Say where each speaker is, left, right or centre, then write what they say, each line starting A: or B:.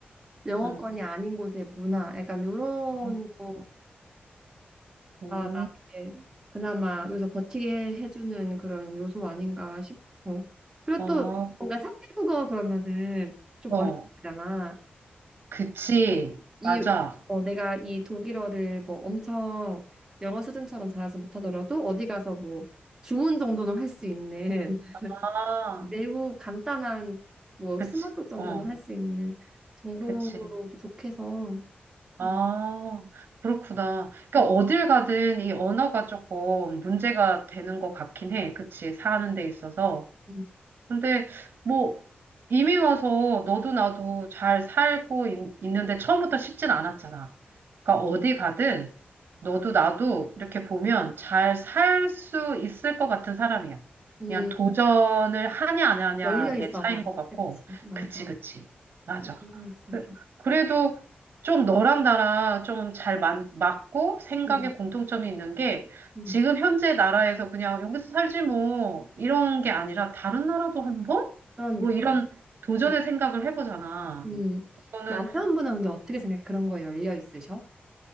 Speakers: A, on the right; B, on the right.
A: 영어권이
B: 응.
A: 아닌 곳의 문화, 약간 요런
B: 아,
A: 거가
B: 오,
A: 나에게 그나마 여기서 버티게 해주는 그런 요소 아닌가 싶어. 그리고
B: 아,
A: 또 뭔가 삼회국어 그러면은 좀
B: 어,
A: 멋있잖아.
B: 그치.
A: 이,
B: 맞아.
A: 어, 내가 이 독일어를 뭐 엄청 영어 수준처럼 잘하지 못하더라도 어디 가서 뭐 주문 정도는 할 수 있는 <laughs>
B: 아,
A: 매우 간단한 뭐
B: 그치.
A: 스몰톡 정도는
B: 어,
A: 할 수 있는 정도로도
B: 그치.
A: 좋게서
B: 아,
A: 음,
B: 그렇구나. 그러니까
A: 음,
B: 어딜 가든 이 언어가 조금 문제가 되는 것 같긴 해. 그치. 사는 데 있어서.
A: 음,
B: 근데 뭐 이미 와서 너도 나도 잘 살고 있, 는데 처음부터 쉽진 않았잖아. 그러니까 어디 가든 너도 나도 이렇게 보면 잘 살 수 있을 것 같은 사람이야.
A: 음,
B: 그냥 도전을 하냐 안 하냐의
A: 열려 있어서
B: 차이인 것 같고.
A: 그치 맞아
B: 그치, 그치. 맞아.
A: 열려 있어서
B: 그- 그래도 좀 너랑 나랑 좀 잘 맞고 생각에
A: 음,
B: 공통점이 있는 게
A: 음,
B: 지금 현재 나라에서 그냥 여기서 살지 뭐 이런 게 아니라 다른 나라도 한번?
A: 그러니까
B: 뭐 이런 도전의
A: 음,
B: 생각을 해보잖아.
A: 음.
B: 그거는
A: 남편분은 근데 어떻게 생각해? 그런 거에 열려 있으셔?